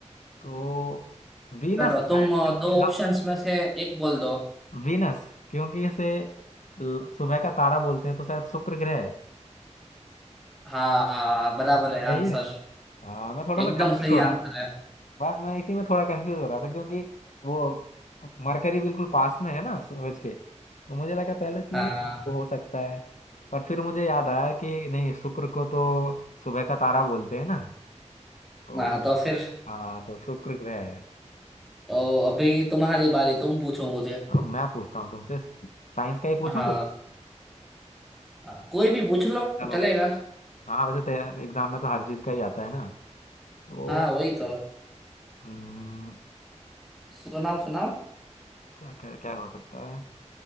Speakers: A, on the left; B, in the centre.
A: तो वीनस
B: चलो तुम
A: है क्योंकि
B: अ, दो
A: हम
B: ऑप्शंस में से एक बोल दो
A: वीनस क्योंकि इसे ल- सुबह का तारा बोलते हैं तो शायद शुक्र ग्रह है
B: हाँ हाँ, बराबर है आंसर
A: सही है हाँ मैं थोड़ा
B: एकदम
A: सा कंफ्यूज
B: सही
A: हो रहा
B: आंसर है
A: बस मैं इसी में थोड़ा कंफ्यूज हो रहा था क्योंकि वो मरकरी बिल्कुल पास में है ना सूरज के तो मुझे लगा पहले कि
B: हाँ
A: वो हो सकता है पर फिर मुझे याद आया कि नहीं शुक्र को तो सुबह का तारा बोलते हैं ना तो
B: हाँ तो फिर
A: हाँ तो शुक्र ग्रह है
B: तो अभी तुम्हारी बारी तुम पूछो मुझे
A: चलो मैं पूछता हूँ तुमसे साइंस का ही पूछूं
B: हाँ
A: कुछ
B: हाँ, कोई भी पूछ लो
A: चलो
B: चलेगा
A: मैं हाँ वैसे तो एग्जाम में तो हर चीज का ही आता है ना तो
B: हाँ वही तो
A: हम्म,
B: सुनाओ सुनाओ
A: क्या क्या क्या हो सकता है